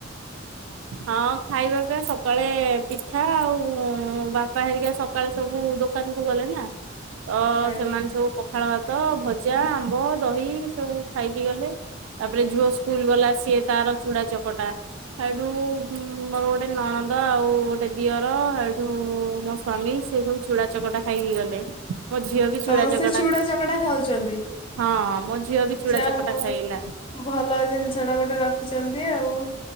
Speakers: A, on the right; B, on the left.
A: ହଁ ଖାଇବା ପିଇବା, ସକାଳେ ପିଠା ଆଉ ବାପା ହେରିକା ସକ୍ ସକାଳେ ସବୁ ଦୋକାନକୁ ଗଲେ ନା, ତ
B: ଆଜ୍ଞା
A: ସେମାନେ ସବୁ ପ୍ - ପଖାଳ ଭାତ, ଭଜା, ଆମ୍ବ, ଦହି ସବୁ ଖାଇକି ଗଲେ। ତାପରେ ଝିଅ ସ୍କୁଲଗଲା ସିଏ ତାର ଚୁଡା ଚକଟା ଠୁ ମୋର ଗୋଟେ ନଣଦ ଆଉ ଗୋଟେ ଦିଅର ହେଇଠୁ ମୋ ସ୍ ସ୍ଵାମୀ ସେ ସବୁ ଚୁଡ଼ା ଚକଟା ଖାଇକି ଗଲେ, ମୋ ଝିଅ ବି
B: ସମସ୍ତେ
A: ଚୁଡ଼ା ଚକଟା
B: ଚୁଡା ଚକଟା ଖାଉଛନ୍ତି
A: ହଁ, ମୋ ଝିଅ ବି ଚୁଡ଼ା
B: ଯାହା
A: ଚକଟା
B: ହଉ
A: ଖାଇଲା।
B: ଭଲ ଜିନିଷଟା ଗୋଟେ ରଖିଚନ୍ତି ଆଉ